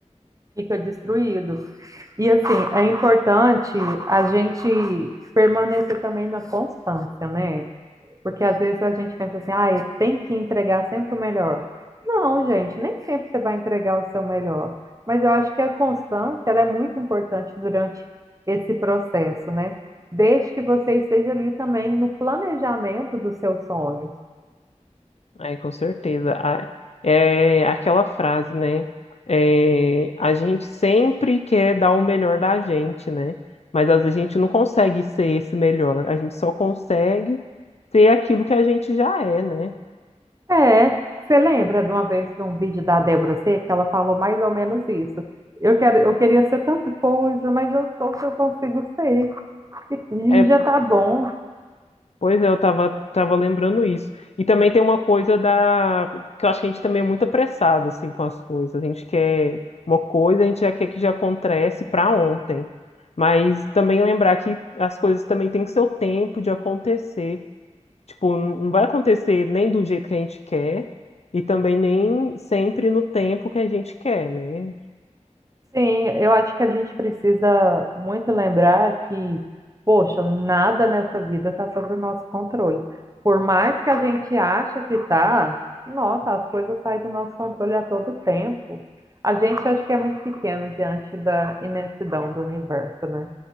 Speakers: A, on the right; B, on the left.
A: Fica destruído. E assim, é importante a gente permanecer também na constância, né? Porque às vezes a gente pensa assim, ah, tem que entregar sempre o melhor. Não, gente, nem sempre você vai entregar o seu melhor. Mas eu acho que a constância, ela é muito importante durante esse processo, né? Desde que você esteja ali também no planejamento do seu sonho.
B: Aí, com certeza. A- É aquela frase, né? É, a gente sempre quer dar o melhor da gente, né? Mas às vezes a gente não consegue ser esse melhor, a gente só consegue ser aquilo que a gente já é, né?
A: É, você lembra de uma vez de um vídeo da Débora Seca, que ela falou mais ou menos isso. Eu quero, eu queria ser tanta coisa, mas eu sou o que eu consigo ser. E
B: É
A: já tá bom.
B: Pois é, eu tava, tava lembrando isso. E também tem uma coisa da... que eu acho que a gente também é muito apressado, assim, com as coisas. A gente quer uma coisa, a gente já quer que já acontece para ontem. Mas também lembrar que as coisas também têm seu tempo de acontecer. Tipo, não não vai acontecer nem do jeito que a gente quer e também nem sempre no tempo que a gente quer, né?
A: Sim, eu acho que a gente precisa muito lembrar que, poxa, nada nessa vida está sobre o nosso controle. Por mais que a gente ache que tá, nossa, as coisas saem do nosso controle a todo tempo. A gente acha que é muito pequeno diante da imensidão do universo, né?